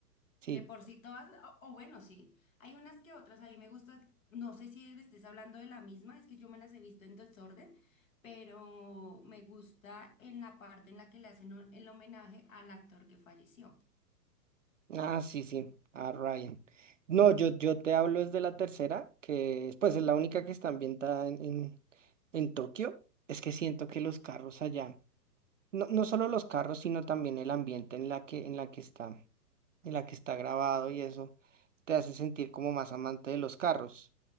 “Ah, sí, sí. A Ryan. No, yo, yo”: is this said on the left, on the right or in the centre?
Right